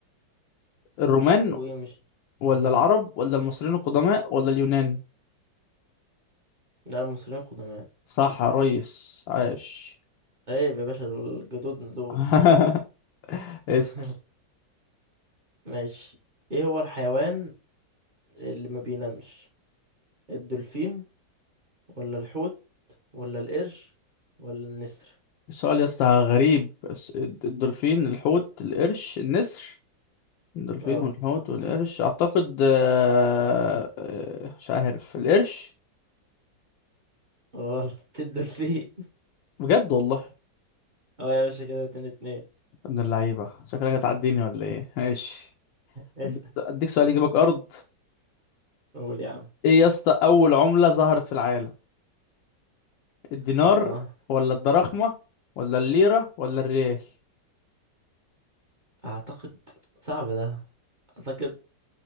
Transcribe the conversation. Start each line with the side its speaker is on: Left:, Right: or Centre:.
Left: الرومان
Right: تقويم مش
Left: ولا
Right: مم.
Left: العرب ولا المصريين القدماء ولا اليونان
Right: لا المصريين قدماء
Left: صح يا ريس عاش
Right: عيب يا باشا دول جدودنا دول
Left: <laughs>
Right: <laughs>
Left: اسأل
Right: ماشي ايه هو الحيوان اللي ما بينامش الدولفين ولا الحوت ولا القرش ولا النسر
Left: السؤال يا اسطى غريب بس الدولفين الحوت القرش النسر الدولفين
Right: آه.
Left: والحوت والقرش أعتقد آه، آه، مش عارف القرش
Right: غلط <laughs> الدولفين
Left: بجد والله
Right: اه يا باشا كده اتنين اتنين
Left: ابن اللعيبة شكلك هتعديني ولا ايه ماشي
Right: اسأل
Left: أديك أديك سؤال يجيبك أرض
Right: قول يا عم
Left: ايه يا اسطى أول عملة ظهرت في العالم الدينار
Right: اه
Left: ولا الدراخمة ولا الليرة ولا الريال
Right: اعتقد صعب ده اعتقد